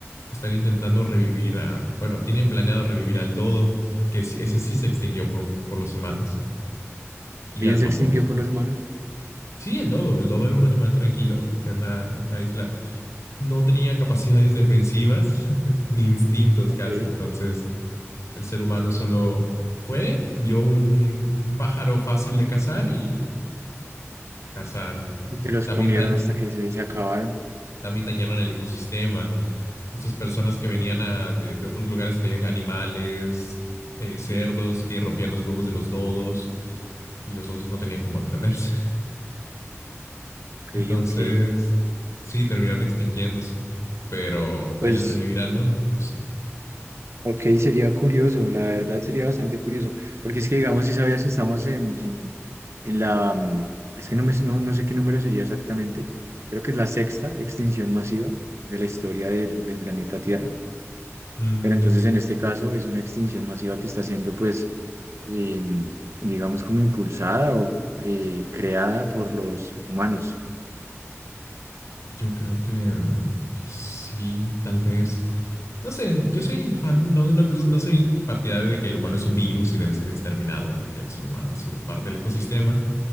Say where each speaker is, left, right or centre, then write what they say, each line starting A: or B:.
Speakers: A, on the left (about 75°); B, on the right (about 65°).
A: están intentando revivir a, bueno, tienen planeado revivir al dodo, que sí- ese sí se extinguió por, por los humanos, y
B: bien
A: al
B: se
A: mamut.
B: extinguió por los humanos,
A: Sí, el dodo, el dodo era un animal tranquilo en una, en una isla no tenía capacidades defensivas <laughs> ni instintos
B: ok,
A: casi. Entonces, el ser humano solo fue, vio un, un pájaro fácil de cazar y cazar.
B: y se los
A: También,
B: comieron
A: dañ-
B: hasta que se, se acabaron,
A: también dañaron el ecosistema. Estas personas que venían a- de, de otros lugares traían animales, eh, cerdos que rompían los huevos de los dodos y los osos no tenían cómo defenderse. <laughs>
B: ok,
A: Entonces,
B: ok.
A: sí, terminaron extinguiéndose, pero
B: Pues
A: quieren revivir al dodo, no sé.
B: Ok, sería curioso, la verdad sería bastante curioso, porque es que digamos, si sabías que estamos en, en- en la, mm, es que no, me, no, no sé qué número sería exactamente, creo que es la sexta extinción masiva de la historia del, del planeta Tierra,
A: Mm,
B: pero entonces en este caso es una extinción masiva que está siendo pues, em, digamos, como impulsada o eh, creada por los humanos.
A: Yo creo que mm, sí, tal vez. No sé, yo soy fan, no, de una cosa- no soy partidario de que el humano es un virus y debe ser exterminado, porque el ser humano ha sido parte del ecosistema.